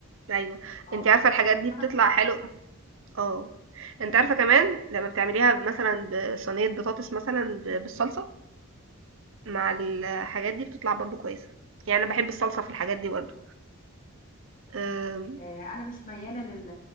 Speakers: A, on the right (about 60°); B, on the left (about 40°).
A: أيوه،
B: اه
A: أنتِ
B: والس-
A: عارفة الحاجات
B: والسمك
A: دي بتطلع
B: عامة
A: حلو آه. أنتِ عارفة كمان لمّا بتعمليها مثلًا بصينية بطاطس مثلًا ب بالصلصة مع الحاجات دي بتطلع برضه كويسة، يعني أنا باحب الصلصة في الحاجات دي برضه. آمم،
B: آه، انا مش مياله لل...